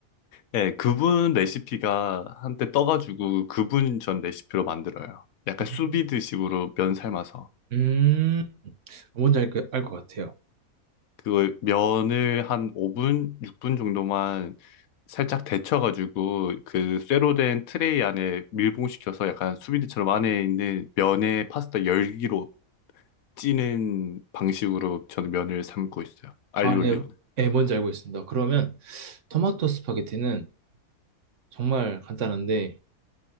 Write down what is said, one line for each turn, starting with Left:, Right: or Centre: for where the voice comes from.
Left: 네, 그분 레시피가 한때 떠가지고 그분 전 레시피로 만들어요. 약간
Right: 음,
Left: 수비드식으로 면 삶아서.
Right: 음, 뭔지 알, 거- 알것 같아요.
Left: 그걸 면을 한 5분, 6분 정도만 살짝 데쳐가지고 그 쇠로 된 트레이 안에 밀봉시켜서 약간 수비드처럼 안에 있는 면에 파스타 열기로 찌는 방식으로 저는 면을 삶고 있어요. 알리올리오는.
Right: 아, 예, 네. 예, 뭔지 알고 있습니다. 그러면 토마토 스파게티는 정말 간단한데,